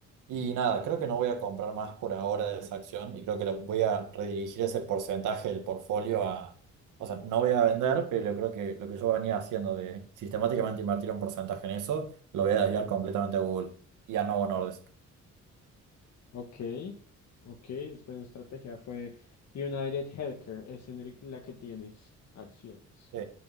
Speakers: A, on the right; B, on the left.
A: Y nada, creo que no voy a comprar más por ahora de esa acción y creo que lo- voy a redirigir ese porcentaje del portfolio a... O sea, no voy a vender, pero creo que lo que yo venía haciendo de sistemáticamente invertir un porcentaje en eso, lo voy a desviar completamente a Google y a Novo Nordisk.
B: Ok, ok, es buena estrategia. Fue United Healthcare, es en el- la que tienes acciones.
A: Sí,